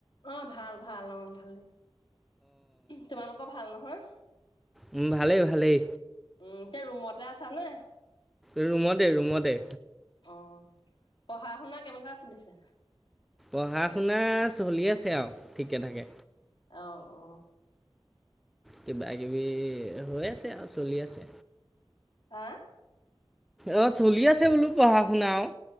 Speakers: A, on the left; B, in the centre.
A: অহ ', ভাল- ভাল, অহ ', ভালে। তোমালোকৰ ভাল নহয়?
B: উম', ভালেই- ভালেই।
A: উম', এতিয়া ৰুমতে আছা নে?
B: ৰুমতে- ৰুমতে।
A: অ', পঢ়া- শুনা কেনেকুৱা চলিছে?
B: পঢ়া -শুনা চলি আছে আৰু ঠিকে থাকে।
A: আও ', অ,
B: কিবা -কিবি হৈ আছে আৰু চলি আছে।
A: আহ',
B: অ', চলি আছে বোলো পঢ়া -শুনা আৰু।